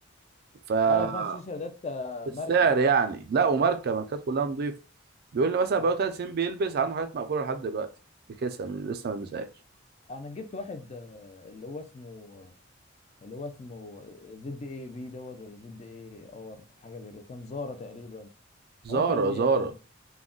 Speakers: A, on the right (about 50°); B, on the left (about 35°).
A: ف <laughs>
B: ايوه خمس تيشيرتات آه،
A: السعر
B: ماركه
A: يعني لا وماركه ماركات كلها نظيفه بيقول لي مثلا
B: ايوه
A: بقاله ثلاث سنين بيلبس عنده حاجات مقفوله لحد دلوقتي بكيسه لسه ما لبسهاش
B: انا جبت واحد آه، اللي هو اسمه اللي هو اسمه زد اي بي دوت ولا زد اي اور حاجه زي كده كان زارا تقريبا هو
A: زارا
B: كان
A: زارا
B: كان